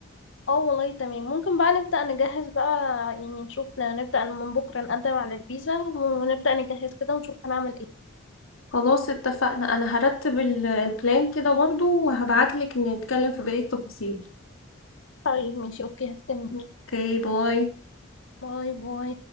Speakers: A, on the left; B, on the left.
A: اه والله تمام ممكن بقى نبدأ نجهز بقى يعني نشوف نبدأ من بكرة نقدم على الفيزا ونبدأ نجهز كده ونشوف هنعمل ايه
B: خلاص اتفقنا انا هرتب ال- البلان كده برضو وهبعتلك نتكلم في بقيه التفاصيل
A: طيب ماشي اوكي هستنيكي
B: اوكي باي
A: باي باي